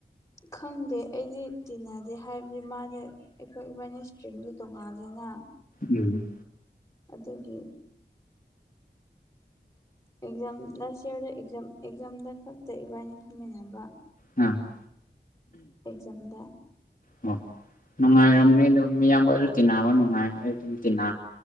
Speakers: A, on the left (about 15°); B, on the left (about 45°).
A: ꯈꯪꯗꯦ ꯑꯩꯗꯤ ꯇꯤꯟꯅꯗꯦ ꯍꯥꯏꯕꯗꯤ ꯃꯥꯗꯤ ꯑꯩꯈꯣꯏ ꯏꯕꯥꯏꯅꯤ ꯏꯁꯇ꯭ꯔꯤꯝꯗ ꯇꯣꯡꯉꯥꯟꯗꯅ
B: ꯎꯝ
A: ꯑꯗꯨꯒꯤ ꯑꯦꯛꯖꯥꯝ ꯂꯥꯁ ꯏꯌꯥꯔꯗꯝ ꯑꯦꯛꯖꯥꯝꯗ ꯈꯛꯇ ꯏꯕꯥꯏꯅꯤ ꯐꯝꯃꯤꯟꯅꯕ
B: ꯎꯝ
A: ꯑꯦꯛꯖꯝꯗ
B: ꯑꯣ ꯅꯨꯡꯉꯥꯏꯔꯝꯅꯤ ꯑꯣ ꯃꯤꯌꯥꯝꯕꯁꯨ ꯇꯤꯟꯅꯕ ꯅꯨꯡꯉꯥꯏ ꯑꯩ ꯑꯗꯨꯝ ꯇꯤꯟꯅ